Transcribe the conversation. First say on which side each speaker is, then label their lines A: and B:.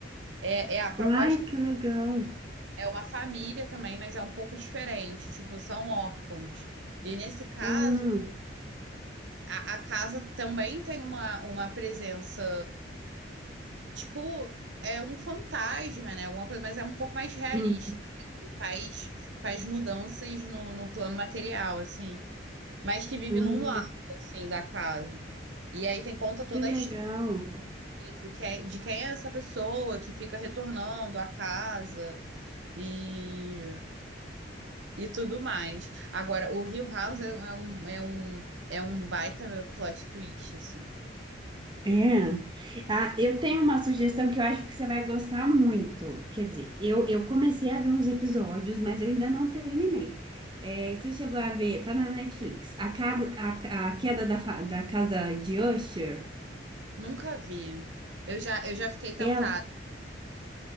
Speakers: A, on the right (about 75°); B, on the right (about 25°).
A: É, é a proposta
B: Ai, que legal.
A: é uma família também, mas é um pouco diferente, tipo, são órfãos. E nesse caso,
B: Ah,
A: a, a casa também tem uma, uma presença tipo, é um fantasma, né? Alguma coisa, mas é um pouco mais realista.
B: hum,
A: Ele Faz, faz mudanças no, no plano material, assim. Mas que vive
B: hum,
A: num lado, assim, da casa. E aí tem conta toda
B: que legal.
A: a história do que é- de quem é essa pessoa que fica retornando à casa e, e tudo mais. Agora, o Hill House é, é um, é um, é um baita plot twist, assim.
B: É. Ah, eu tenho uma sugestão que eu acho que você vai gostar muito. Quer dizer, eu, eu comecei a ver uns episódios, mas eu ainda não terminei. É, você chegou a ver, tá na Netflix, A, Cada- a, a Queda da, Fa- da Casa de Usher.
A: Nunca vi. Eu já, eu já fiquei tentada.
B: Ela,